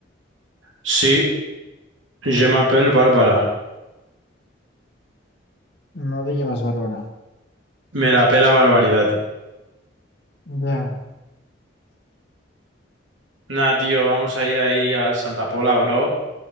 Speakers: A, on the right; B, on the left.
A: Sí, je m'appelle Bárbara.
B: No Villa más Bárbara.
A: Me la pela barbaridad.
B: Ya,
A: Nah, tío, vamos a ir ahí a Santa Pola, bro.